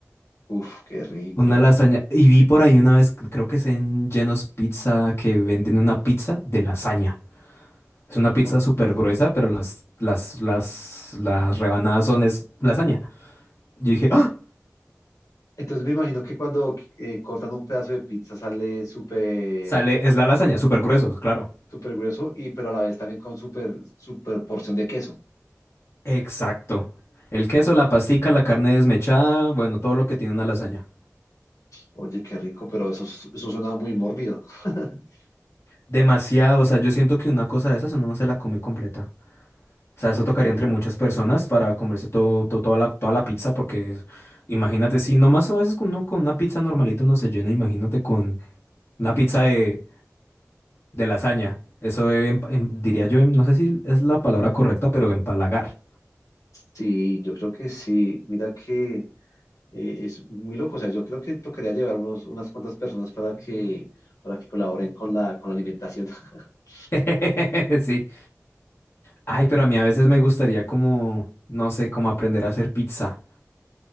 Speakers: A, on the left (about 85°); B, on the left (about 55°).
A: Uf, qué rico.
B: Una lasaña. Y vi por ahí una vez, creo que es en Geno's Pizza, que venden una pizza de lasaña. Es una pizza
A: Una
B: súper
A: pizza.
B: gruesa, pero las, las, las, las rebanadas son es lasaña. Yo dije, ¡ah!
A: Entonces me imagino que cuando eh, cortan un pedazo de pizza sale súper,
B: Sale, es la lasaña, súper grueso, claro.
A: súper grueso y pero a la vez también con súper, súper porción de queso.
B: Exacto. El queso, la pastica, la carne desmechada, bueno, todo lo que tiene una lasaña.
A: Oye, qué rico, pero eso, eso suena muy morbido. <laughs>
B: Demasiado, o sea, yo siento que una cosa de esas uno no se la come completa. O sea, eso
A: Uf,
B: tocaría
A: no.
B: entre muchas personas para comerse todo, to- toda la, toda la pizza, porque imagínate, si nomás a veces con uno con una pizza normalita uno se llena, imagínate con una pizza de, de lasaña. Eso em- em- diría yo, em- no sé si es la palabra correcta, pero empalagar.
A: Sí, yo creo que sí. Mira que eh, es muy loco. O sea, yo creo que tocaría llevar unos, unas cuantas personas para que, para que colaboren con la, con la alimentación. <laughs>
B: <laughs> Sí. Ay, pero a mí a veces me gustaría como, no sé, como aprender a hacer pizza.